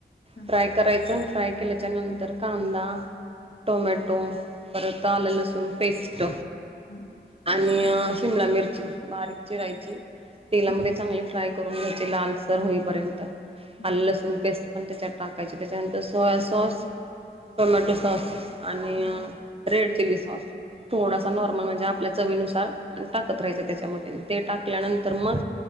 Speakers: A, on the left (about 80°); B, on the right (about 30°).
A: हा
B: फ्राय करायचं फ्राय केल्याच्या नंतर कांदा, टोमॅटो पर आल लसून पेस्ट
A: हां!
B: आणि शिमला मिरची बारीक चिरायची
A: हम्म
B: तेलामध्ये
A: हम्म
B: चांगले फ्राय करून घ्यायचे लालसर होईपर्यंत
A: हम्म
B: आल लसूण पेस्ट पण त्याच्यात टाकायचे त्याच्यानंतर सोया सॉस टोमॅटो सॉस, आणि
A: हम्म
B: रेड चिली सॉस थोडासा नॉर्मल म्हणजे आपल्या चवीनुसार टाकत राहायचं त्याच्यामध्ये ते टाकल्यानंतर
A: हम्म.
B: तर मग